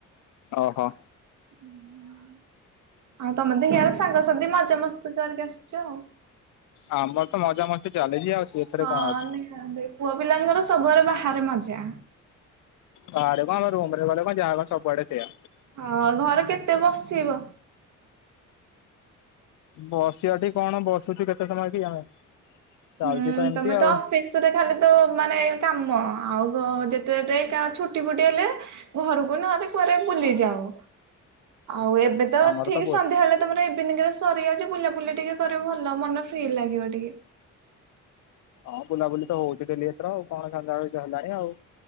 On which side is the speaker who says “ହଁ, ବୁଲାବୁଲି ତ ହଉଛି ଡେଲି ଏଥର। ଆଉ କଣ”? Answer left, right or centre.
Left